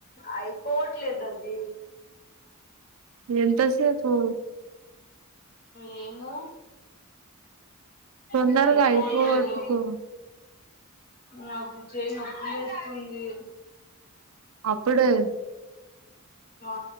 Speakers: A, on the left (about 45°); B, on the right (about 75°).
A: అయితే పోవట్లేదు అది
B: ఎంతసేపు
A: ఏమో
B: తొందరగ
A: అది అయిపోవట్లేదు
B: అయిపోగొట్టుకో
A: నాకు చెయ్యి నొప్పిస్తుంది
B: అప్పుడే
A: ఆ